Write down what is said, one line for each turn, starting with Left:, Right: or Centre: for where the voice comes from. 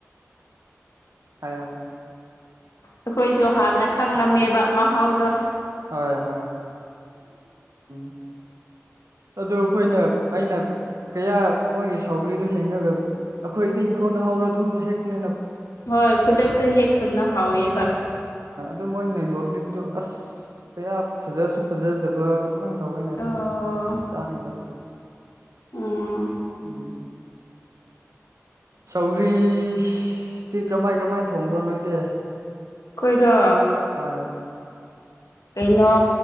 Right: ꯍꯥꯏ
Left: ꯑꯩꯈꯣꯏꯁꯨ ꯍꯥꯟꯅ ꯈꯪꯉꯝꯃꯦꯕ ꯃꯍꯥꯎꯗꯣ
Right: ꯍꯣꯏ ꯍꯣꯏ ꯎꯝ ꯑꯗꯨ ꯑꯩꯈꯣꯏꯅ ꯑꯩꯅ ꯀꯌꯥ ꯃꯣꯏꯒꯤ ꯁꯥꯎꯒ꯭ꯔꯤꯗꯨꯣ ꯍꯡꯉꯒ ꯑꯩꯈꯣꯏꯗꯤ ꯏꯪꯈꯣꯜꯗ ꯍꯧꯔ ꯑꯗꯨꯝ ꯍꯦꯛꯅꯦ
Left: ꯍꯣꯏ ꯈꯨꯗꯛꯇ ꯍꯦꯛꯄꯅ ꯍꯥꯎꯋꯦꯕ
Right: ꯑꯗꯣ ꯃꯣꯏꯅ ꯌꯣꯠꯂꯤꯕꯗꯨ ꯑꯁ ꯀꯌꯥ ꯐꯖꯁꯨ ꯐꯖꯗꯕ ꯑꯗꯨꯃꯥꯏꯅ ꯇꯧꯅꯦ ꯑꯗꯨꯒꯤ
Left: ꯑꯣ
Right: ꯆꯥꯅꯤꯡꯗꯕ
Left: ꯎꯝ
Right: ꯎꯝ ꯁꯧꯒ꯭ꯔꯤꯇꯤ ꯀꯔꯃꯥꯏ ꯀꯔꯃꯥꯏꯅ ꯊꯣꯡꯕ꯭ꯔꯣ ꯅꯣꯏꯗꯤ
Left: ꯈꯣꯏꯔꯣ
Right: ꯍꯣꯏ
Left: ꯀꯩꯅꯣ